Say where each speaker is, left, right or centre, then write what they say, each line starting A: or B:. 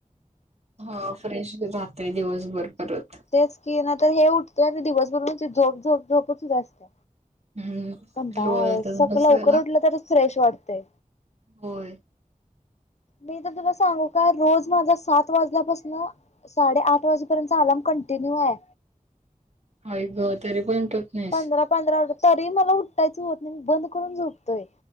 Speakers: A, on the right; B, on the left.
A: हा फ्रेश राहातय दिवसभर परत
B: तेच की नाही तर हे उठत आणि दिवसभर ते झोप झोप झोपच असते.
A: हम्म
B: कंटाळ
A: लोळतच
B: आलाय असं
A: बसायला
B: लवकर उठलं तरच फ्रेश वाटते.
A: होय.
B: मी तर तुला सांगू का रोज माझा सात वाजल्यापासनं साडे आठ वाजेपर्यंत अलार्म कंटिन्यू आहे.
A: आय गं तरी पण नाहीस
B: पंधरा पंधरा, तरी मला उठायचं होत नाही मी बंद करून झोपतोय.